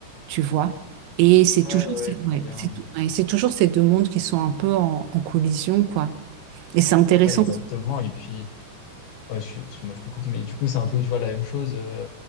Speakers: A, on the right (about 80°); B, on the left (about 70°).
A: tu vois. Et c'est
B: ouais
A: toujours,
B: ouais ouais,
A: ces-
B: je
A: ouais,
B: vois bien
A: c'est tou- ouais, c'est toujours ces deux mondes qui sont un peu en, en collision, quoi. Et c'est intéressant.
B: ouais, exactement et puis Ouais, je, suis- je- moi, je te coupe, mais du coup, c'est un peu, tu vois, la même chose. euh,